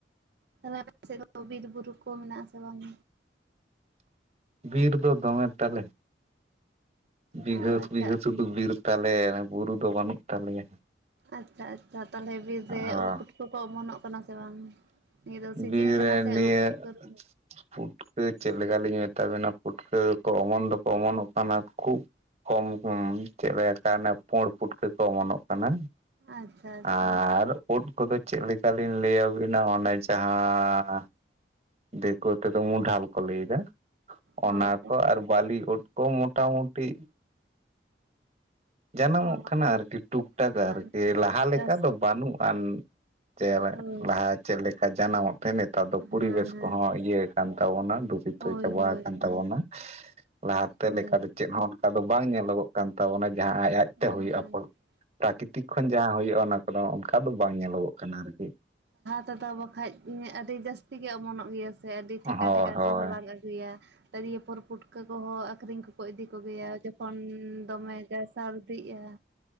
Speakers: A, on the right; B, on the right.
A: ᱛᱷᱟᱞᱮ ᱟᱯᱮ ᱥᱮᱫ ᱫᱚ ᱵᱤᱨ ᱵᱩᱨᱩ ᱠᱚ ᱢᱮᱱᱟᱜ ᱟᱥᱮ ᱵᱟᱝ?
B: ᱵᱤᱨ ᱫᱚ ᱫᱚᱢᱮ ᱛᱟᱞᱮ᱾ ᱵᱤᱜᱟᱹᱥ
A: ᱚ ᱟᱪᱪᱷᱟ
B: ᱵᱤᱜᱟᱹᱥ ᱥᱩᱫᱩ ᱵᱤᱨ ᱛᱟᱞᱮ ᱵᱩᱨᱩ ᱫᱚ ᱵᱟᱹᱱᱩᱜ ᱛᱟᱞᱮᱭᱟ᱾
A: ᱟᱪᱪᱷᱟ ᱟᱪᱪᱷᱟ ᱛᱟᱞᱦᱮ ᱵᱤᱨᱮ
B: ᱚ
A: ᱩᱜ ᱯᱩᱴᱠᱟᱹ ᱠᱚ ᱚᱢᱚᱱᱚᱜ ᱠᱟᱱᱟ ᱥᱮ ᱵᱟᱝ ᱱᱤᱭᱟᱹ ᱫᱚ
B: ᱵᱤᱨ
A: ᱥᱤᱡᱤᱱ
B: ᱨᱮ
A: ᱠᱟᱱᱟ ᱥᱮ
B: ᱱᱤᱭᱟᱹ
A: ᱩᱜ ᱯᱩᱴᱠᱟᱹ ᱨᱟᱹᱱ᱾
B: ᱯᱩᱴᱠᱟᱹ ᱪᱮᱜ ᱞᱮᱠᱟᱞᱤᱧ ᱢᱮᱛᱟᱵᱤᱱᱟ ᱯᱩᱴᱠᱟᱹ ᱠᱚ ᱚᱢᱚᱱ ᱫᱚᱠᱚ ᱚᱢᱚᱱᱜ ᱠᱟᱱᱟ ᱠᱩᱜ᱾ ᱠᱚᱢ ᱦᱩᱢ ᱪᱮᱜ <unintelligible> ᱯᱩᱲ ᱯᱩᱴᱠᱟᱹ ᱠᱚ ᱚᱢᱚᱱᱚᱜ ᱠᱟᱱᱟ
A: ᱟᱪᱪᱷᱟ ᱟᱪᱪᱷᱟ
B: ᱟᱨ ᱳᱴ ᱠᱚᱫᱚ ᱪᱮᱜ ᱞᱮᱠᱟᱞᱤᱧ ᱞᱟᱹᱭ ᱟᱹᱵᱤᱱᱟ ᱚᱱᱮ ᱡᱟᱦᱟᱸ ᱫᱮᱠᱳ ᱛᱮᱫᱚ ᱢᱩᱰᱷᱟᱞ ᱠᱚ ᱞᱟᱹᱭ ᱫᱟ
A: ᱚ
B: ᱚᱱᱟ ᱠᱚ ᱟᱨ ᱵᱟᱞᱤ ᱩᱫ ᱠᱚ ᱢᱚᱴᱟ ᱢᱩᱴᱤ᱾ ᱡᱟᱱᱟᱢᱚᱜ
A: ᱚ
B: ᱠᱟᱱᱟ ᱟᱨᱠᱤ ᱴᱩᱠ ᱴᱟᱠ
A: ᱟᱪᱪᱷᱟ
B: ᱟᱨᱠᱤ
A: ᱟᱪᱪᱷᱟ
B: ᱞᱟᱦᱟ ᱞᱮᱠᱟ
A: ᱪᱟᱥ
B: ᱫᱚ ᱵᱟᱹᱱᱩᱜᱼᱟᱱ᱾ ᱪᱮ ᱵᱮᱜ
A: ᱦᱳᱭ
B: ᱞᱟᱦᱟ ᱪᱮᱜ ᱞᱮᱠᱟ ᱡᱟᱱᱟᱢᱚᱜ ᱛᱮᱱ ᱱᱮᱛᱟᱨ ᱫᱚ ᱯᱚᱨᱤᱵᱮᱥ
A: ᱦᱮᱸ ᱦᱮᱸ
B: ᱠᱚᱦᱚᱸ ᱤᱭᱟᱹ ᱟᱠᱟᱱ ᱛᱟᱵᱚᱱᱟ ᱫᱩᱥᱤᱛᱚ
A: ᱦᱳᱭ
B: ᱪᱟᱵᱟ
A: ᱦᱳᱭ
B: ᱟᱠᱟᱱ
A: ᱦᱳᱭ
B: ᱛᱟᱵᱚᱱᱟ᱾ ᱞᱟᱦᱟᱛᱮ
A: ᱦᱳᱭ
B: ᱞᱮᱠᱟ ᱫᱚ ᱪᱮᱫ ᱦᱚᱸ ᱠᱟ ᱫᱚ ᱵᱟᱝ ᱧᱮᱞᱚᱜᱚᱜ ᱠᱟᱱ ᱛᱟᱵᱚᱱᱟ ᱡᱟᱦᱟᱸ ᱟᱡ ᱟᱡᱛᱮ
A: ᱦᱮᱸ
B: ᱦᱩᱭᱩᱜᱼᱟ ᱯᱚᱨ ᱯᱨᱟᱠᱨᱤᱛᱤᱠ ᱠᱷᱚᱱ ᱡᱟᱦᱟᱸ ᱦᱩᱭᱩᱜᱼᱟ ᱚᱱᱟ᱾ ᱠᱚᱱᱚ ᱚᱱᱠᱟ ᱫᱚ ᱵᱟᱝ ᱧᱮᱞᱚᱜᱚᱜ ᱠᱟᱱᱟ ᱟᱨᱠᱤ ᱾
A: ᱛᱚᱫᱚ ᱵᱟᱠᱷᱟᱡ ᱤᱧᱟᱹᱜ ᱟᱹᱰᱤ ᱡᱟᱹᱥᱛᱤ ᱜᱮ ᱚᱢᱚᱱᱚᱜ ᱜᱮᱭᱟ ᱥᱮ ᱟᱹᱰᱤ
B: ᱦᱳᱭ
A: ᱴᱷᱮᱠᱟ ᱴᱷᱮᱠᱟ
B: ᱦᱳᱭ
A: ᱠᱚ ᱦᱟᱞᱟᱝ ᱮᱫ ᱟᱹᱜᱩᱭᱟ ᱛᱟᱨᱤᱭᱟ ᱯᱚᱨ ᱯᱩᱴᱠᱟᱹ ᱠᱚᱦᱚᱸ ᱟᱹᱠᱷᱨᱤᱧ ᱠᱚᱠᱚ ᱤᱫᱤ ᱠᱚᱜᱮᱭᱟ ᱡᱚᱠᱷᱚᱱ ᱫᱚᱢᱮ ᱡᱟᱭ ᱥᱟᱨᱫᱤᱜᱼᱟ᱾